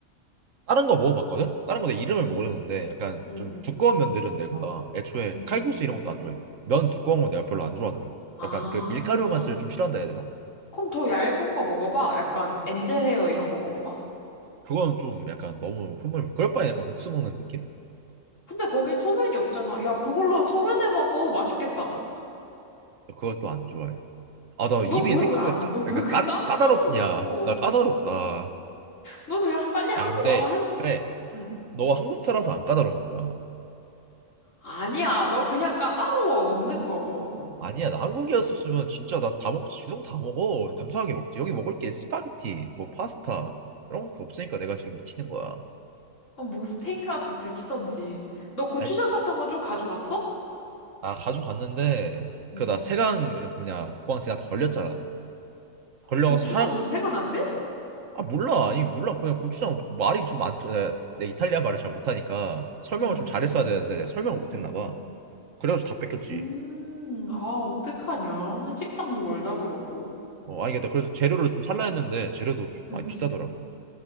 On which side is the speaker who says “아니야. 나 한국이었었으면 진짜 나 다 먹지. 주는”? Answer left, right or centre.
Right